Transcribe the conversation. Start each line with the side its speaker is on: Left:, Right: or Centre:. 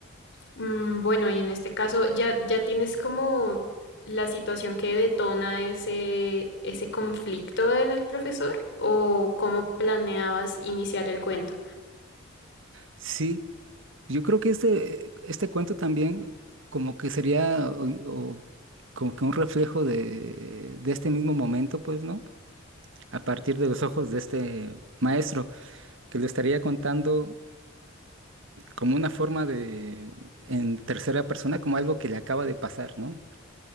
Left: Mm, bueno, y en este caso ya, ya tienes como la situación que detona ese, ese conflicto en el profesor, o cómo planeabas iniciar el cuento.
Right: Sí, yo creo que este, este cuento también como que sería o- o como que un reflejo de, de este mismo momento, pues, ¿no? A partir de los ojos de este maestro, que lo estaría contando como una forma de, en tercera persona, como algo que le acaba de pasar, ¿no?